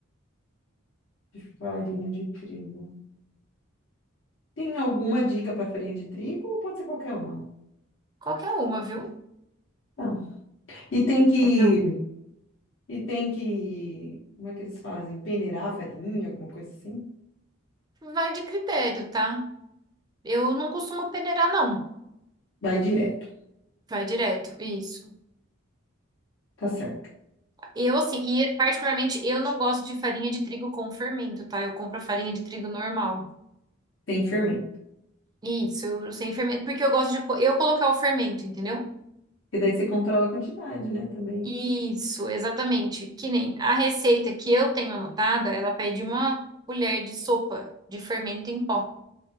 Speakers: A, on the left; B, on the right.
A: de farinha de trigo. Tem alguma dica para farinha de trigo ou pode ser qualquer uma?
B: Qualquer uma, viu?
A: Tá. E tem que.
B: Qualquer uma.
A: E tem que. Como é que eles fazem? Peneirar a farinha, alguma coisa assim?
B: Vai de critério, tá? Eu não costumo peneirar, não.
A: Vai direto.
B: Vai direto, isso.
A: Tá certo.
B: Eu, assim, e particularmente eu não gosto de farinha de trigo com fermento, tá? Eu compro a farinha de trigo normal.
A: Sem fermento.
B: Isso, eu, sem fermento, porque eu gosto de co- eu colocar o fermento, entendeu?
A: E daí você controla a quantidade, né, também.
B: Isso, exatamente. Que nem a receita que eu tenho anotada, ela pede uma colher de sopa de fermento em pó.